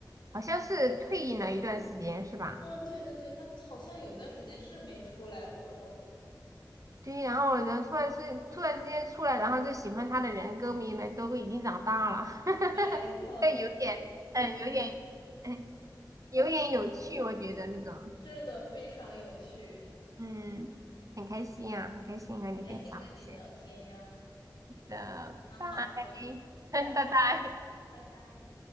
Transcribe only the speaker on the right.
好像是退隐了一段时间，是吧？
对，然后呢，突然是突然之间出来，然后就喜欢他的人，歌迷们都已经长大了，<laughs> 哈哈哈。
这有点，
嗯，有点，嗯，有点有趣，我觉得这种，
嗯，很开心啊，很开心和你分享这些。
的，
拜 <laughs>，
拜拜。